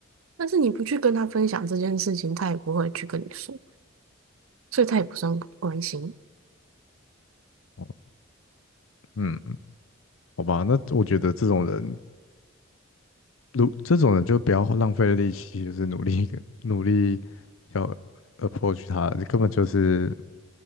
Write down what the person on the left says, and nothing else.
哦嗯，好吧，那我觉得这种人，如这种人就不要浪费力气，就是努力努力要 approach 他，你根本就是